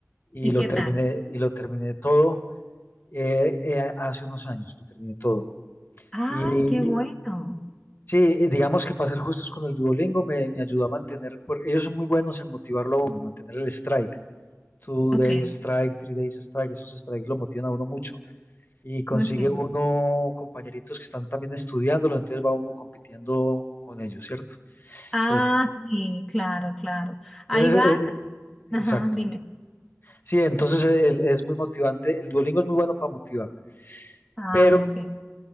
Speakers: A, on the left; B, in the centre.
A: y
B: ¿Y
A: lo
B: qué
A: terminé,
B: tal?
A: y lo terminé todo eh, eh, hace unos años, lo terminé todo.
B: Ay,
A: Y
B: qué bueno.
A: sí, eh, digamos que para ser justos con el Duolingo me, me ayudó a mantener, porque ellos son muy buenos en motivarlo a uno, mantener el strike, two
B: Ok,
A: days strike, three days strike, esos strikes lo motivan a uno mucho y consigue
B: ok.
A: uno compañeritos que están también estudiándolo, entonces va uno compitiendo con ellos, ¿cierto?
B: Ah,
A: Entonces,
B: sí, claro, claro. Ahí
A: es-
B: vas.
A: eh, eh, exacto.
B: Ajá, dime.
A: Sí, entonces eh, el- es muy motivante, el Duolingo es muy bueno para motivar,
B: Ah,
A: pero
B: ok.